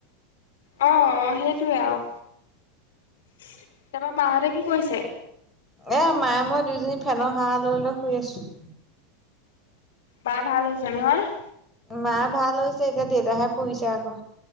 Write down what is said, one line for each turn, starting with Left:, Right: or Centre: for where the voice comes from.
Left: অ, অ' সেইটোৱে আৰু, তাৰপৰা মাহঁতে কি কৰিছে?
Centre: এ মায়ে মইয়ে দুইজনী ফেনৰ হাৱা লৈ লৈ শুই আছো।
Left: মাৰ ভাল হৈছে নহয়?
Centre: মা ভাল হৈছে এতিয়া দেউতাহে পৰিছে আকৌ।